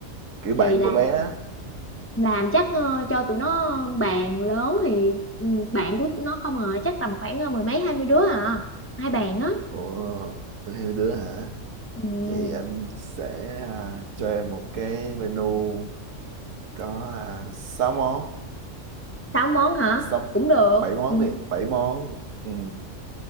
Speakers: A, on the right; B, on the left.
A: kiểu
B: Thì
A: bạn
B: là
A: của bé á.
B: làm chắc ờ, cho tụi nó bàn lớn thì ừ, bạn của tụi nó không à, chắc tầm khoảng ờ, mười mấy hai mươi đứa hả? Hai bàn á.
A: Ủa, hay mấy đứa hả?
B: Ừ,
A: Vậy anh sẽ à, cho em một cái menu có à, 6 món,
B: sáu món hả?
A: 6,
B: Cũng được.
A: 7 món
B: Ừ,
A: đi, 7 món. Ừ.